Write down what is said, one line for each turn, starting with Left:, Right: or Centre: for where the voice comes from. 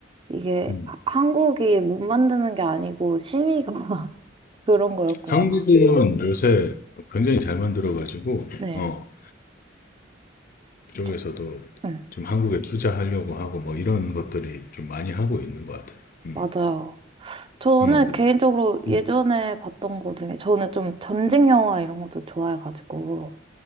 Right: 이게
Left: 음.
Right: 하- 한국이 못 만드는 게 아니고 심의가 그런 거였구나.
Left: 한국은 요새 굉장히 잘 만들어가지고,
Right: 네.
Left: 어, 그쪽에서도
Right: 저- 네,
Left: 좀 한국에 투자하려고 하고 뭐 이런 것들이 좀 많이 하고 있는 것 같아요. 음,
Right: 맞아요. 저는
Left: 음,
Right: 개인적으로 예전에
Left: 음.
Right: 봤던 거 중에 저는 좀 전쟁 영화 이런 것도 좋아해가지고.